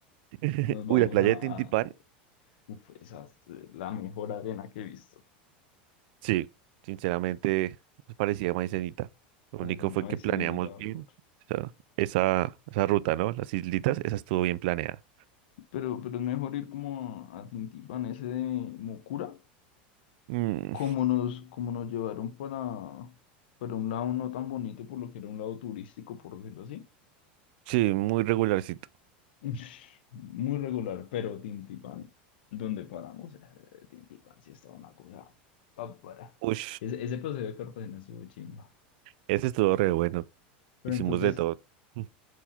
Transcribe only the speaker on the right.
<laughs>
Uy, la playa
de Tintipán.
Sí, sinceramente nos parecía maicenita. Lo
único
fue que
planeamos
bien
o esa, esa ruta, ¿no? Las islitas, esa estuvo bien planeada.
Mm,
sí, muy regularcito.
Uy,
ese estuvo re bueno.
Hicimos
de todo. <laughs>